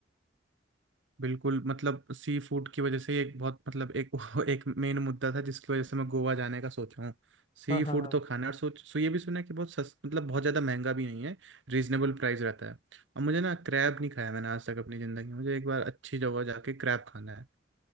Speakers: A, on the right; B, on the left.
A: बिल्कुल मतलब सी फूड की वजह से ही एक बहुत मतलब एक <laughs> एक मेन मुद्दा था जिसकी वजह से मैं गोवा जाने का सोच रहा हूँ सी
B: हाँ हाँ
A: फूड
B: हाँ
A: तो खाना है और सोच सो ये भी सुना है कि बहुत सस मतलब बहुत ज़्यादा महंगा भी नहीं है रीजनेबल प्राइस रहता है और मुझे ना क्रैब नहीं खाया मैंने आज तक अपनी ज़िंदगी में मुझे एक बार अच्छी जगह जाके क्रैब खाना है